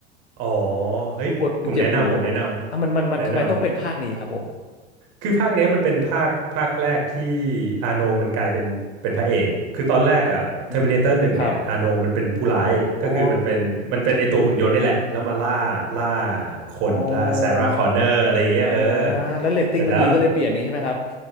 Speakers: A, on the right; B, on the left.
A: อ๋อ
B: <laughs>
A: เฮ้ยผมแนะนำผมแนะนำแนะนำ
B: ปวดมันเจ็บหูอ่ะมันมันมันทำไมต้องเป็นภาคนี้ครับผม
A: คือภาคเนี้ยมันเป็นภาคภาคแรกที่อาโนมันกลายเป็นเป็นพระเอกคือตอนแรกอ่ะ
B: อืม
A: Terminator หนึ่งเนี่ยอาโนมันเป็นผู้ร้ายก็คือมันเป็นมันเป็นไอตัวหุ่นยนต์นี่แหละแล้วมาล่าล่า
B: ครับอ๋อ
A: คนล่าซาร่าคอนเนอร์อะไรเงี้ยเออ
B: อ๋ออ่าแล้วเรตติ้งมันดีก็เลยเปลี่ยนนี้ใช่ไหมครับ
A: เสร็จแล้ว